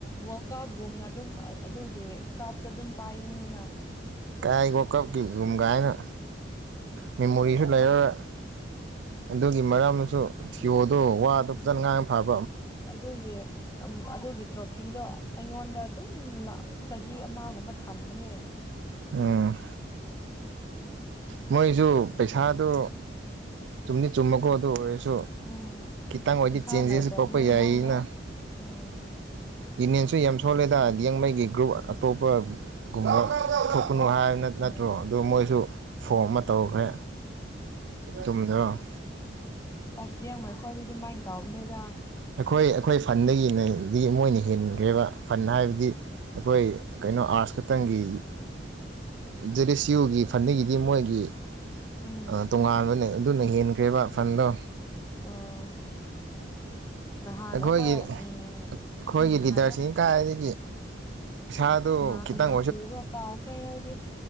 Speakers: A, on the left; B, on the right.
A: ꯋꯥꯜꯀꯞꯒꯨꯝꯅ ꯑꯗꯨꯝ ꯑꯗꯨꯒꯤ ꯀꯥꯞꯇ ꯑꯗꯨꯝ ꯄꯥꯏꯕꯅꯤꯅ
B: ꯀꯥꯏ ꯋꯥꯀꯞꯀꯤ ꯌꯨꯝꯒꯥꯏꯅ ꯃꯦꯃꯣꯔꯤꯁꯨ ꯂꯩꯔꯔꯣꯏ ꯑꯗꯨꯒꯤ ꯃꯔꯝꯅꯁꯨ ꯊꯤꯑꯣꯗꯣ ꯋꯥꯗꯣ ꯐꯖꯅ ꯉꯥꯡꯅ ꯐꯥꯕ
A: ꯑꯗꯨꯒꯤ ꯑꯗꯨꯒꯤ ꯇ꯭ꯔꯣꯐꯤꯗꯣ ꯑꯩꯉꯣꯟꯗ ꯑꯗꯨꯝ ꯆꯍꯤ ꯑꯃꯒꯨꯝꯕ ꯊꯝꯕꯅꯦ
B: ꯎꯝ ꯃꯣꯏꯁꯨ ꯄꯩꯁꯥꯗꯨ ꯆꯨꯝꯅꯤ ꯆꯨꯝꯃꯀꯣ ꯑꯗꯨ ꯑꯣꯏꯔꯁꯨ ꯁꯨ
A: ꯎꯝ
B: ꯈꯤꯇꯪ ꯑꯣꯏꯗꯤ
A: ꯄꯩꯁꯥ
B: ꯆꯦꯟꯖꯦꯁꯁꯨ
A: ꯂꯩꯇꯕꯅꯦ
B: ꯄꯔꯛꯄ ꯌꯥꯏꯅ
A: ꯃꯣꯏꯗꯣ ꯎꯝ
B: ꯌꯨꯅꯤꯌꯟꯁꯨ ꯌꯥꯝ ꯁꯣꯜꯂꯦꯗ ꯌꯦꯡꯉꯩꯒꯤ ꯒ꯭ꯔꯨꯞ ꯑꯇꯣꯞꯄ ꯒꯨꯝꯕ ꯊꯣꯛꯄꯅꯨ ꯍꯥꯏꯕ ꯅꯠꯇ꯭ꯔꯣ
A: ꯑꯥ
B: ꯑꯗꯨꯗ ꯃꯣꯏꯁꯨ ꯐꯣꯟ ꯑꯃ ꯇꯧꯈ꯭ꯔꯦ ꯆꯨꯝꯗꯔꯣ ꯑ
A: ꯑꯁꯂꯤ ꯂꯤꯌꯥꯡꯃꯩ ꯑꯩꯈꯣꯏ ꯑꯗꯨ ꯑꯗꯨꯝ ꯃꯥꯏꯅ ꯇ ꯑꯅꯦꯗ
B: ꯑꯩꯈꯣꯏ ꯑꯩꯈꯣꯏ ꯐꯟꯗꯒꯤꯅꯗꯒꯤ ꯃꯣꯏꯅ ꯍꯦꯟꯈ꯭ꯔꯦꯕ ꯐꯟ ꯍꯥꯏꯕꯗꯤ ꯑꯩꯈꯣꯏ ꯀꯩꯅꯣ ꯑꯥꯔꯠꯁ ꯈꯛꯇꯪꯒꯤ ꯖꯦꯗꯤ ꯑꯦꯁ ꯌꯨꯒꯤ ꯐꯟꯗꯤꯡꯒꯤꯗꯤ ꯃꯣꯏꯒꯤ
A: ꯎꯝ
B: ꯑ ꯇꯣꯉꯥꯟꯕꯅꯦ ꯑꯗꯨꯅ ꯍꯦꯟꯈ꯭ꯔꯦꯕ ꯐꯟꯗꯣ
A: ꯑꯥ ꯅꯍꯥꯟ
B: ꯑꯩꯈꯣꯏꯒꯤ
A: ꯍꯈꯣꯏ ꯎꯝ
B: ꯑꯩꯈꯣꯏꯒꯤ
A: ꯎꯝ
B: ꯂꯤꯗꯔꯁꯤꯡ
A: ꯍꯥꯏꯌꯣ
B: ꯀꯥꯏꯗꯒꯤ ꯄꯩꯁꯥꯗꯨ
A: ꯀꯅꯥ
B: ꯈꯤꯇꯪ
A: ꯀꯅꯥ ꯄꯨꯕ꯭ꯔꯥ ꯀꯥꯎꯈꯔ꯭ꯦ ꯑꯩꯗꯤ